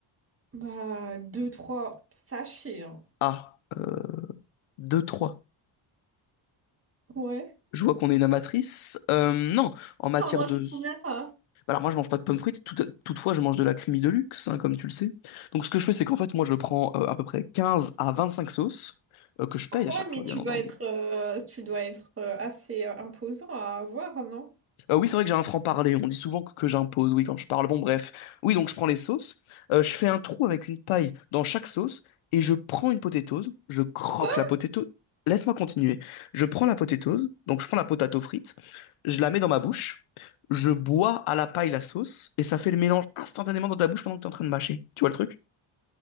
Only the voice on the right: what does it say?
Bah, deux, trois sachets, hein.
Ouais.
T'en manges
combien, toi?
Quoi?
Mais
tu
dois être, euh, tu dois être euh, assez euh, imposant à avoir, non?
Quoi?